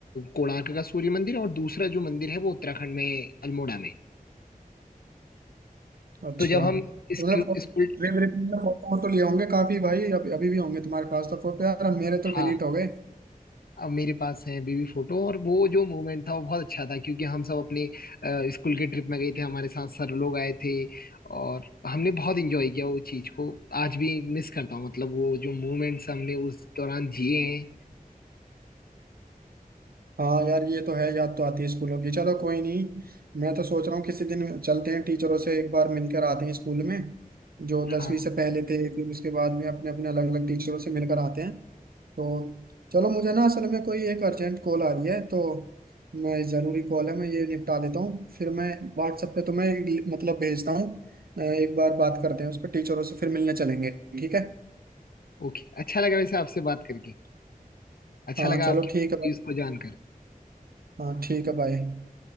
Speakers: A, on the left (about 85°); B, on the right (about 85°).
A: कोणार्क का सूर्य मंदिर और दूसरा जो मंदिर है वो उत्तराखंड में है अल्मोड़ा में
B: अच्छा
A: तो जब हम
B: तो
A: इसके
B: मतलब फो-
A: स्कूल
B: ट्रिप ट्रिप में फोटो वोटो लिए होंगे काफी भाई अभी अभी भी होंगे तुम्हारे पास तो फोटो यार अब मेरे तो
A: हाँ
B: डिलीट हो गए
A: अब मेरे पास है बेबी फोटो और वो जो मोमेंट था वो बहुत अच्छा था क्योंकि हम सब अपने अ, स्कूल के ट्रिप में गए थे हमारे साथ सर लोग आए थे और हमने बहुत एंजॉय किया वो चीज को आज भी मिस करता हूँ मतलब वो जो मोमेंट्स हमने उस दौरान जिए हैं
B: हाँ यार ये तो है याद तो आती है स्कूलों की चलो कोई नहीं मैं तो सोच रहा हूँ किसी दिन चलते हैं टीचरों से एक बार मिलकर आते हैं स्कूल में जो दसवीं
A: हाँ
B: से पहले थे फिर उसके बाद में अपने अपने अलग अलग टीचरों से मिलकर आते हैं तो चलो मुझे ना असल में कोई एक अर्जेंट कॉल आ रही है तो मैं ज़रूरी कॉल है मैं ये निपटा लेता हूँ फिर मैं व्हाट्सएप पे तुम्हें एक मतलब भेजता हूँ अ, एक बार बात करते हैं उस पर टीचरों से फिर मिलने चलेंगे ठीक है
A: ओके अच्छा लगा वैसे आपसे बात करके अच्छा
B: हाँ
A: लगा
B: चलो
A: आपकी
B: ठीक है भाई
A: इसको जानकर
B: हाँ ठीक है भाई